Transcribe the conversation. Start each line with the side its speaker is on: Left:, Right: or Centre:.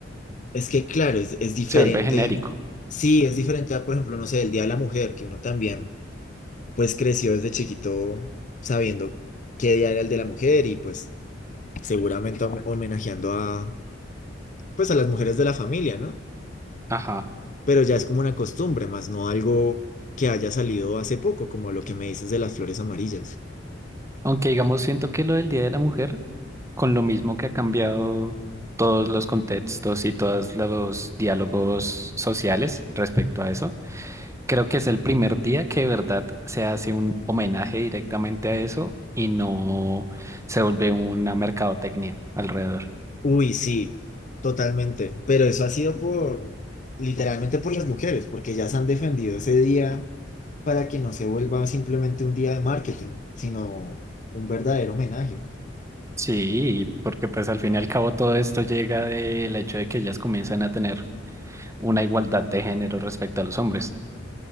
Left: Es que, claro, es, es diferente.
Right: Se vuelve genérico.
Left: Sí, es diferente a, por ejemplo, no sé, el Día de la Mujer, que uno también, pues creció desde chiquito sabiendo qué día era el de la mujer y pues seguramente hom- homenajeando a, pues a las mujeres de la familia, ¿no?
Right: Ajá.
Left: Pero ya es como una costumbre, más no algo que haya salido hace poco, como lo que me dices de las flores amarillas.
Right: Aunque digamos, siento que lo del Día de la Mujer, con lo mismo que ha cambiado todos los contextos y todos los diálogos sociales respecto a eso. Creo que es el primer día que de verdad se hace un homenaje directamente a eso y no se vuelve una mercadotecnia alrededor.
Left: Uy, sí, totalmente, pero eso ha sido por, literalmente por las mujeres, porque ya se han defendido ese día para que no se vuelva simplemente un día de marketing, sino un verdadero homenaje.
Right: Sí, porque pues al fin y al cabo todo esto llega del hecho de que ellas comienzan a tener una igualdad de género respecto a los hombres.